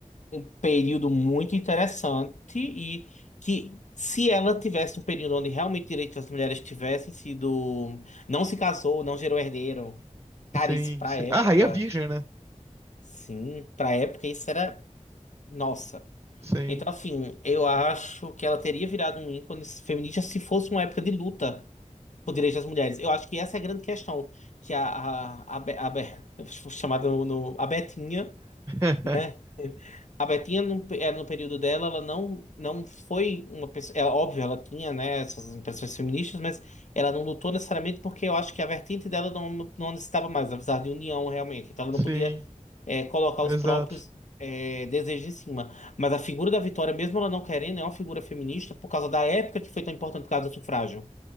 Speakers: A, on the left (about 65°); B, on the right (about 20°).
A: um período muito interessante e que se ela tivesse um período onde realmente direitos das mulheres tivessem sido, não se casou, não gerou herdeiro, cara,
B: Sim,
A: isso pra
B: sim.
A: época,
B: A rainha virgem, né?
A: sim, pra época isso era, nossa.
B: Sim.
A: Então, assim, eu acho que ela teria virado um ícone feminista se fosse uma época de luta por direitos das mulheres. Eu acho que essa é a grande questão, que a, a, a, Be- a Be- <laughs> chamada no, no- a Betinha
B: <laughs>
A: né? A Betinha, no, pe- eh, no período dela, ela não, não foi uma pessoa. É óbvio, ela tinha, né, essas impressões feministas, mas ela não lutou necessariamente porque eu acho que a vertente dela não, não necessitava mais, apesar de união realmente. Então ela não
B: Sim,
A: podia eh, colocar
B: exato.
A: os próprios eh, desejos em cima. Mas a figura da Vitória, mesmo ela não querendo, é uma figura feminista por causa da época que foi tão importante por causa do sufrágio,